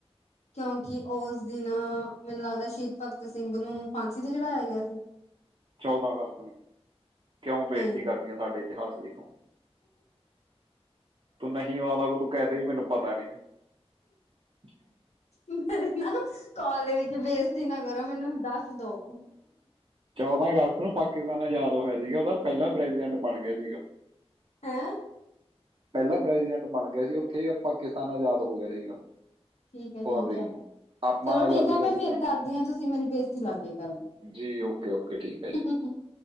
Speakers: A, on the left; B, on the right.
A: ਕਿਉਂਕਿ ਉਸ ਦਿਨ ਮੈਨੂੰ ਲੱਗਦਾ, ਸ਼ਹੀਦ ਭਗਤ ਸਿੰਘ ਨੂੰ ਫਾਂਸੀ ਤੇ ਚੜਾਇਆ ਗਿਆ ਸੀ?
B: ਚੌਦਾਂ ਅਗਸਤ ਨੂੰ, ਕਿਉਂ ਬੇਜ਼ਤੀ
A: ਨਹੀਂ
B: ਕਰਨੀ ਆ ਸਾਡੇ ਇਤਿਹਾਸ ਦੀ ਤੂੰ। ਤੂੰ ਨਹੀਂ ਆਂਦਾ, ਕੋ ਤੂੰ ਕਹਿ ਦੇ ਵੀ ਮੈਨੂੰ ਪਤਾ ਨੀ। <unintelligible>
A: ਮੇਰੀ ਨਾ ਕਾਲ ਦੇ ਵਿੱਚ ਬੇਸਤੀ ਨਾ ਕਰੋ ਮੈਨੂੰ ਦੱਸ ਦੋ
B: ਚੌਦਾਂ ਅਗਸਤ ਨੂੰ ਪਾਕਿਸਤਾਨ ਆਜ਼ਾਦ ਹੋਇਆ ਸੀਗਾ ਉਹਦਾ ਪਹਿਲਾ ਪ੍ਰੈਜੀਡੈਂਟ ਬਣ ਗਿਆ ਸੀਗਾ।
A: ਹੈਂ?
B: ਪਹਿਲਾ ਪ੍ਰੈਜੀਡੈਂਟ ਬਣ ਗਿਆ ਸੀ ਉੱਥੇ ਪਾਕਿਸਤਾਨ ਆਜ਼ਾਦ ਹੋ ਗਿਆ ਸੀਗਾ।
A: ਠੀਕ ਹੈ ਠੀਕ
B: ਤਰੀਕ
A: ਹੈ।
B: ਨੂੰ ਆਪਾਂ
A: ਚਲੋ
B: ਆਜ਼ਾਦੀ
A: ਠੀਕ ਆ ਮੈਂ
B: ਦਿਵਸ
A: ਫੇਰ ਕਰਦੀ ਹਾਂ ਤੁਸੀਂ ਮੇਰੀ ਬੇਜ਼ਤੀ ਲੱਗ ਗਏ ਕਰਨ।
B: ਜੀ ਓਕੇ ਓਕੇ ਠੀਕ ਹੈ ਜੀ।
A: <unintelligible>